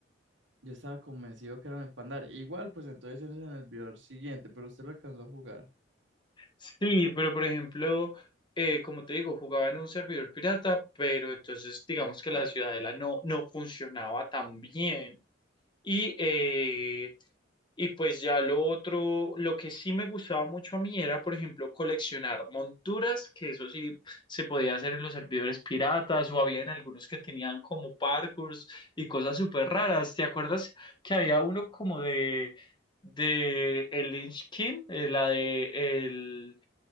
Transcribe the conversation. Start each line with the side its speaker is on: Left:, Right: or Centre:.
Right: Yo estaba convencido que eran el Pandar. Igual, pues entonces ese es en el video siguiente, pero usted lo alcanzó a jugar.
Left: Sí, pero por ejemplo, eh, como te digo, jugaba en un servidor pirata, pero entonces digamos que la ciudadela no, no funcionaba tan bien. Y, eh, y pues ya lo otro, lo que sí me gustaba mucho a mí era, por ejemplo, coleccionar monturas, que eso sí se podía hacer en los servidores piratas o había en algunos que tenían como parkours y cosas súper raras. ¿Te acuerdas que había uno como de... de el Lynch King, eh, la de el